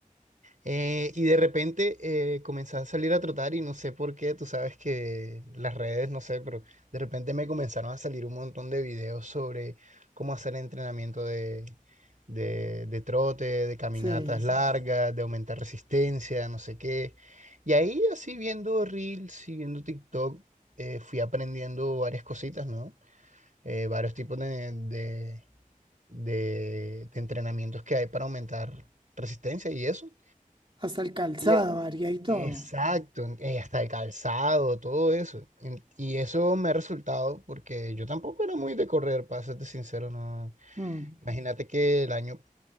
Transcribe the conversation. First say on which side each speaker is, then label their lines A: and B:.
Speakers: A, on the right; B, on the right.
A: Eh, y de repente eh, comencé a salir a trotar y no sé por qué, tú sabes que las redes, no sé, pero de repente me comenzaron a salir un montón de videos sobre cómo hacer entrenamiento de, de, de trote, de caminatas
B: sí,
A: largas, de aumentar resistencia, no sé qué. Y ahí así viendo Reels y viendo TikTok, eh, fui aprendiendo varias cositas, ¿no? Eh, varios tipos de, de de- de entrenamientos que hay para aumentar resistencia y eso.
B: hasta el calzado
A: Y, e-
B: varía y todo.
A: exacto, eh, hasta el calzado, todo eso. En- Y eso me ha resultado porque yo tampoco era muy de correr, para serte sincero, no.
B: Mm,
A: Imagínate que el año